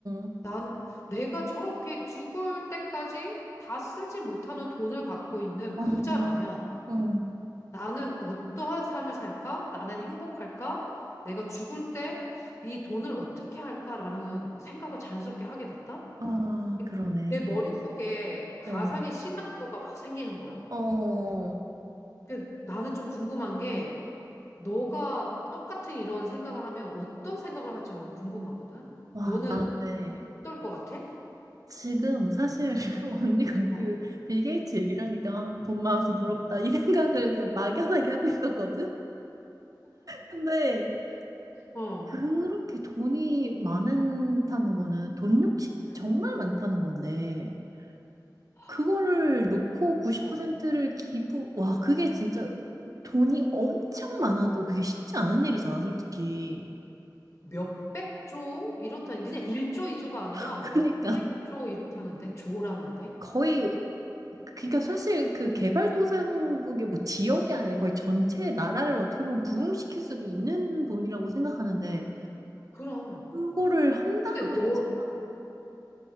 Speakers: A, on the right; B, on the left.
A: 어.
B: 나는 내가 저렇게 죽을 때까지 다 쓰지 못하는 돈을 갖고 있는
A: 어,
B: 부자라면
A: 어.
B: 나는 어떠한 삶을 살까? 나는 행복할까? 내가 죽을 때 이 돈을 어떻게 할까라는 생각을 자연스럽게 하게 됐다?
A: 아,
B: 그러니까
A: 그러네.
B: 내 머릿속에 가상의
A: 어,
B: 시나리오가 막 생기는 거야.
A: 어.
B: 그 나는 좀 궁금한 게 너가 똑같은 이런 생각을 하면 어떤 생각을 할지 너무 궁금하거든.
A: 와,
B: 너는
A: 나, 네.
B: 어떨 것 같아?
A: 지금 사실 <laughs> 언니가
B: 어,
A: 그 빌 게이츠 얘기를 하니까 아, 돈 많아서 부럽다
B: 어,
A: 이 생각을 그냥 막연하게 하고 있었거든. 근데
B: 어.
A: 그렇게 돈이 많다는 거는 돈 욕심이
B: 응,
A: 정말 많다는 건데
B: 아,
A: 그거를
B: 그
A: 놓고 90%를
B: 어,
A: 기부, 와, 그게 진짜 돈이 엄청 많아도 그게 쉽지 않은 일이잖아, 솔직히.
B: 몇백 조 이렇다. 그냥 1조, 2조가 아니라
A: <laughs>
B: 몇백
A: 그러니까
B: 조 이렇다는데 조라는데.
A: 거의 그러니까 사실 그 개발도상국의 뭐 지역이 아니라 거의 전체 나라를 어떻게 보면 부흥시킬 수도 있는 돈이라고 생각하는데
B: 그럼.
A: 그거를 한다는
B: 근데
A: 것
B: 너,
A: 자체가